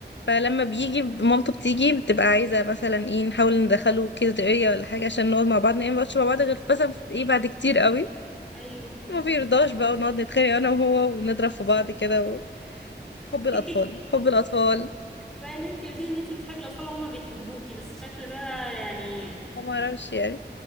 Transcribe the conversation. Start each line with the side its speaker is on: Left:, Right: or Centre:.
Left: فلما بيجي مامته بتيجي بتبقى عايزة مثلا ايه نحاول ندخله كده دقيقة ولا حاجة عشان نقعد مع بعض نقعد ما نقعدش مع بعض غير مثلا في- ايه بعد كتير قوي
Centre: ايوه
Left: ما بيرضاش بقى ونقعد نتخانق انا وهو ونضرب في بعض كده و- حب الأطفال
Centre: <laughs>
Left: حب الأطفال
Centre: بقى ان انت قلتي ان انت بتحبي الاطفال وهما بيحبوكي بس الشكل ده يعني
Left: ما اعرفش يعني